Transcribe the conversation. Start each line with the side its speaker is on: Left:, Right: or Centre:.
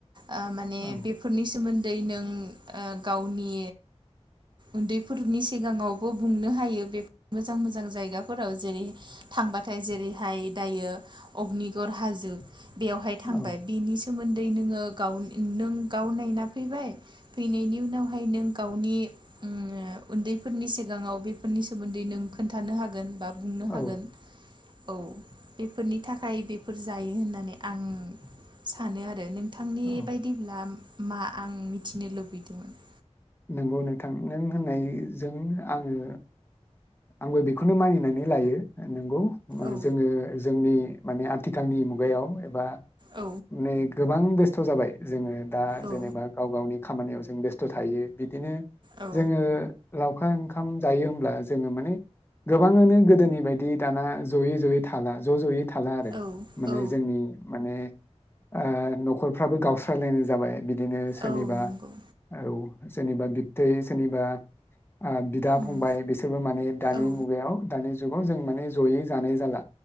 Right: ओ माने
Left: औ
Right: बेफोरनि सोमोन दै नों गावनि उन्दैफोरनि सिगाङाव बो बुंनो हायो बे मोजां मोजां जायगाफोराव जेरै थांबाथाय जेरैहाय दायो अग्निगर हाजो बेयावहाय थांबाय
Left: औ
Right: बिनि सोमोन्दै नोङो गाव नों गाव नायना फैबाय फैनायनि उनावहाय नों गावनि उम-ओ उन्दैफोरनिसिम सिगाङाव बेफोरनि सोमोन्दै नों खोन्थानो हागोन बा बुंनो
Left: औ
Right: हागोन औ बे फोरनि थाखाय बेफोर जायो होननानै आं सानो आरो नों थांनि
Left: औ
Right: बायदिब्ला मा आं मिथिनो लुबैदोंमोन
Left: नंगौ नोंथां नों होननायजों आङो आंबो बेखौनो मानिनानै लायो नंगौ
Right: औ
Left: जोङो जोंनि माने आथिखालनि मुगायाव एबा
Right: औ
Left: नै गोबां बे स्थ जाबाय जोङो दा
Right: औ
Left: जेनेबा गाव गावनि खामानियाव जों बेस्थ थायो बिदिनो
Right: औ
Left: जोङो लावखार ओंखाम जायो होमब्ला जोङो माने गोबाङानो गोदोनि बायदि दाना जयै जयै थाला ज जयै थाला आरो
Right: औ
Left: माने
Right: औ
Left: जोंनि माने ओ नखरफ्राबो गावस्रायलायनाय जाबाय बि दिनो सोरनिबा
Right: औ नंगौ
Left: औ सोरनिबा बिबथै सोरनिबा आ बिदा फंबाय
Right: उम
Left: बिसो रबो माने दानि
Right: औ
Left: मुगायाव दानि जु खौ जों माने जयै जानाय जाला